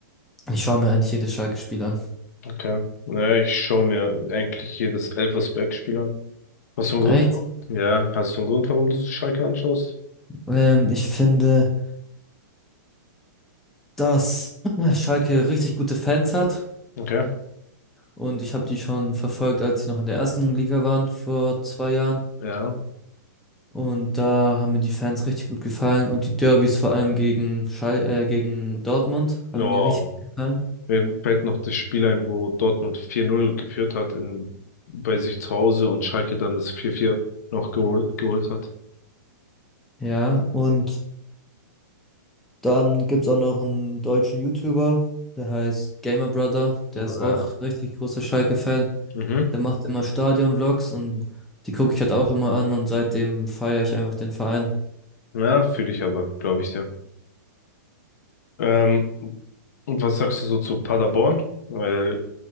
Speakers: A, in the centre; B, on the left.
A: Ich schaue mir eigentlich jedes Schalke-Spiel an.
B: Okay. Naja, ich schaue mir eigentlich jedes Elversberg-Spiel an. Hast du einen Grund,
A: Echt?
B: warum? Ja, hast du einen Grund, warum du Schalke anschaust?
A: Ähm, ich finde, dass <clears throat> Schalke richtig gute Fans hat.
B: Okay.
A: Und ich habe die schon verfolgt, als sie noch in der ersten Liga waren vor zwei Jahren.
B: Ja.
A: Und da haben mir die Fans richtig gut gefallen und die Derbys vor allem gegen Schal äh, gegen Dortmund haben
B: Oh,
A: mir richtig gut gefallen.
B: mir fällt noch das Spiel ein, wo Dortmund 4-0 geführt hat in, bei sich zu Hause und Schalke dann das 4-4 noch gehol geholt hat.
A: Ja, und dann gibt's auch noch einen deutschen YouTuber, der heißt Gamer Brother,
B: Ja.
A: der ist auch richtig großer Schalke-Fan.
B: Mhm.
A: Der macht immer Stadion-Vlogs und die gucke ich halt auch immer an und seitdem feiere ich einfach den Verein.
B: Ja, fühle ich aber, glaube ich dir. Ähm, Und was sagst du so zu Paderborn? Weil